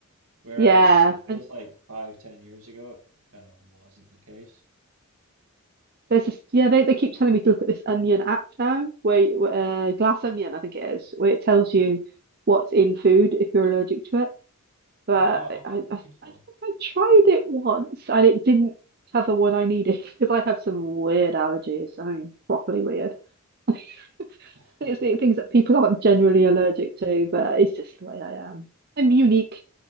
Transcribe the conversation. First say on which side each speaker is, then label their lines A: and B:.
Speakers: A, on the right; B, on the right.
A: Whereas
B: Yeah.
A: Yeah. it feels
B: And
A: like five, ten years ago, it kind of wasn't the case.
B: There's this, yeah, they, they keep telling me to look at this Onion app now, where, you- uh, Glass Onion, I think it is, where it tells you what's in food if you're allergic to it. But
A: Oh wow,
B: I,
A: okay,
B: I,
A: that's
B: I
A: useful.
B: I think I tried it once and it didn't cover what I needed <laughs> because I have some weird allergies. I mean, properly weird. <laughs>
A: <laughs>
B: It's the things that people aren't generally allergic to, but it's just the way I am. I'm unique.